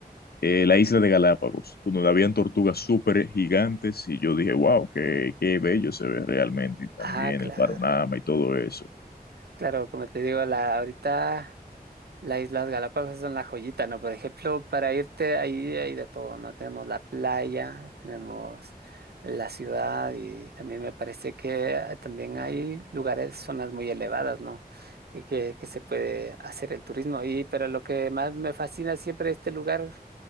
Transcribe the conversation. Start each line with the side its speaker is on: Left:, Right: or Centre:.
Left: eh, la isla de Galápagos, donde habían tortugas súper gigantes y yo dije, wow, qué, qué bello se ve realmente y también
Right: Ah, claro.
Left: el panorama y todo eso.
Right: Claro, como te digo, la, ahorita. Las Islas Galápagos son la joyita, ¿no? Por ejemplo, para irte ahí hay de todo, ¿no? Tenemos la playa, tenemos la ciudad y también me parece que ah, también hay lugares, zonas muy elevadas, ¿no? Y que, que se puede hacer el turismo. Y pero lo que más me fascina siempre de este lugar